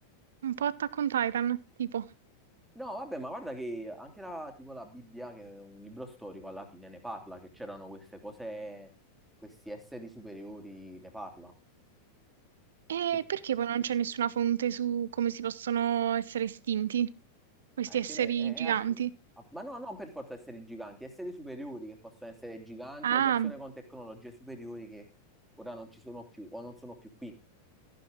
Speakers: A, on the right; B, in the centre.
A: Un po' Attack on Titan, tipo.
B: No, vabbè, ma guarda che anche la, tipo la Bibbia, che è un libro storico, alla fine ne parla, che c'erano queste cose, questi esseri superiori, ne parla.
A: E
B: Che,
A: perché poi non c'è nessuna fonte su come si possono essere estinti questi
B: eh,
A: esseri
B: che ne- eh,
A: giganti?
B: eh, appu- app- ma no, non per forza esseri giganti, esseri superiori che possono essere giganti
A: Ah,
B: o persone con tecnologie superiori che ora non ci sono più o non sono più qui.